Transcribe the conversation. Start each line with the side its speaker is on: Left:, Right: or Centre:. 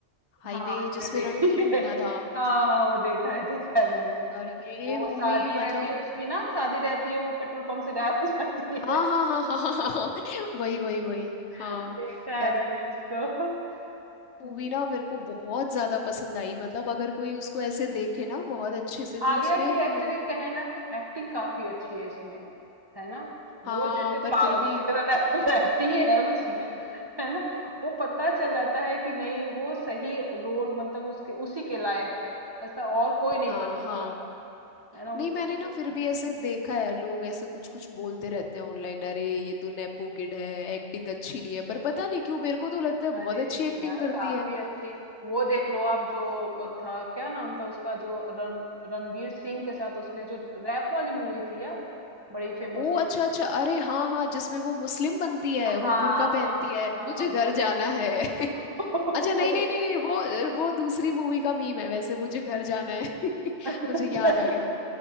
Left: हाईवे
Right: हाँ हाँ, ये
Left: जिसमें
Right: मैं देखी
Left: रणदीप
Right: है
Left: हुड्डा
Right: <laughs>
Left: था
Right: हाँ हाँ, हाँ, वो देखा है देखा है मैंने
Left: और ये
Right: वो
Left: मूवी
Right: शादी
Left: मतलब
Right: रहती है उसकी ना शादी रहती है वो पेट्रोल पंप से गायब हो जाती
Left: हाँ
Right: है
Left: हाँ हाँ हाँ हाँ हाँ, हाँ, वही वही वही
Right: <laughs>
Left: हाँ
Right: देखा है
Left: यार
Right: मैंने उसको <laughs>
Left: मूवी
Right: हम्म,
Left: ना मेरे को बहुत ज्यादा पसंद आई मतलब अगर कोई उसको ऐसे देखे ना बहुत अच्छे से तो
Right: आलिया
Left: उसमें
Right: की
Left: उन्होंने
Right: एक्चुअली कहे ना तो एक्टिंग काफी अच्छी है इसमें है ना वो
Left: हाँ
Right: जैसे
Left: पर
Right: पागलों
Left: फिर भी
Right: की तरह रह- <laughs> रहती है उसमें है ना वो पता चल जाता है कि नहीं वो सही रोल मतलब उसके उसी के लायक है ऐसा और कोई नहीं
Left: हाँ
Right: कर सकता
Left: हाँ
Right: था है ना
Left: नहीं
Right: उस
Left: मैंने
Right: पे सूट
Left: ना फिर
Right: कर
Left: भी ऐसे देखा है लोग ऐसे कुछ कुछ बोलते रहते हैं ऑनलाइन अरे ये तो नेपो किड है एक्टिंग अच्छी नहीं है पर पता नहीं क्यों मेरे को तो लगता है बहुत
Right: अरे
Left: अच्छी
Right: नहीं
Left: एक्टिंग
Right: यार
Left: करती
Right: काफी
Left: है
Right: अच्छी वो देख लो आप जो वो था क्या नाम था उसका जो रण रणवीर सिंह के साथ उसने जो रैप वाली मूवी थी यार बड़ी फेमस
Left: ओ
Right: हुई
Left: अच्छा
Right: थी
Left: अच्छा अरे हाँ हाँ जिसमें वो मुस्लिम बनती है
Right: हाँ
Left: वो बुर्का पहनती
Right: हाँ
Left: है
Right: हाँ
Left: मुझे घर
Right: वो देखो
Left: जाना है <laughs>
Right: <laughs> बहुत
Left: अच्छा नहीं नहीं
Right: देखो
Left: नहीं नहीं वो वो दूसरी मूवी का मीम है वैसे मुझे घर जाना है <laughs>
Right: अच्छा
Left: मुझे याद आ गया